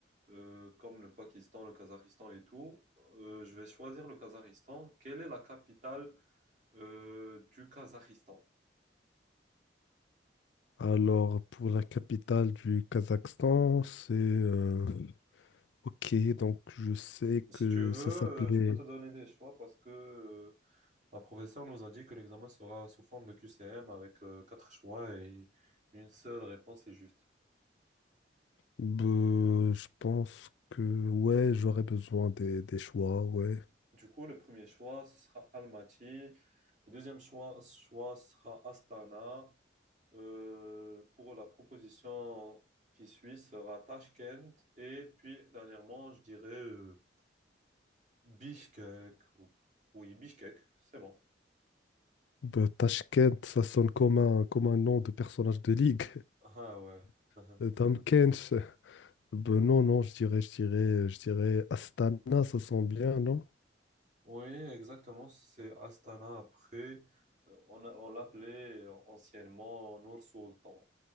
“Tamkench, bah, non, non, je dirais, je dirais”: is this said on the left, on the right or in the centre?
Left